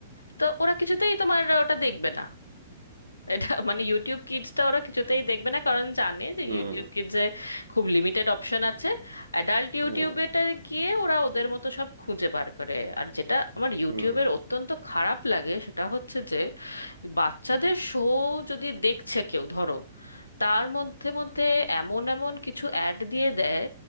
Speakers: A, on the left (about 80°); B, on the right (about 80°).
A: তো ওরা কিছুতেই তোমার ওটা দেখবে না এটা <laughs> মানে ইউটিউব কিডসটা ওরা কিছুতেই দেখবে না কারণ জানে যে
B: হুম
A: ইউটিউব কিডসে খুব লিমিটেড অপশন আছে অ্যাডাল্ট ইউটিউবেটা
B: হুম
A: গিয়ে ওরা ওদের মতো সব খুঁজে বার করে আর যেটা আমার ইউটিউবের
B: হুম
A: অত্যন্ত খারাপ লাগে সেটা হচ্ছে যে বাচ্চাদের শো যদি দেখছে কেউ ধরো তার মধ্যে মধ্যে এমন এমন কিছু অ্যাড দিয়ে দেয়